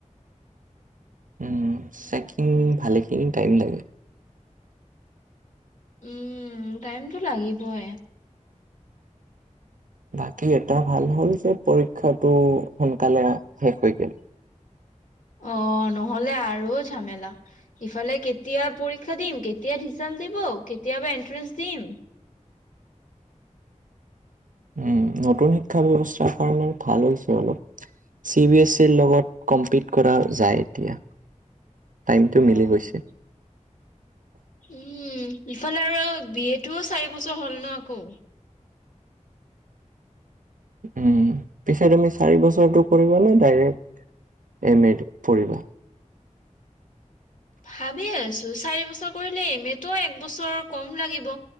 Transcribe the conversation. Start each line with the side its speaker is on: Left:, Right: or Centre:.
Right: উম চেকিনং ভালেখিনি টাইম লাগে।
Left: উম টাইমটো লাগিবই।
Right: বাকী এটা ভাল হ'ল যে পৰীক্ষাটো সোনকালে শেষ হয় গ'ল।
Left: অ নহ'লে আৰু ঝেমেলা। ইফালে কেতিয়া পৰীক্ষা দিম কেতিয়া ৰিজাল্ট দিব কেতিয়াবা এনট্ৰেন্ঞ্চ দিম?
Right: উম নতুন শিক্ষা ব্যৱস্থাৰ কাৰণে ভাল হৈছে অলপ। চি বি এছ ই ৰ লগত কমপ্লিট কৰা যায় এতিয়া টাইমটো
Left: অ'।
Right: মিলি গৈছে।
Left: উম ইফালে আৰু বি এ টোও চাৰি বছৰ হ'ল ন আকৌ?
Right: উম পিছে তুমি চাৰি বছৰটো কৰিবা নে ডাইৰেক্ট এম এ টো কৰিবা?
Left: ভাবি আছোঁ চাৰি বছৰ কৰিলে এম এটো এক বছৰ কম লাগিব।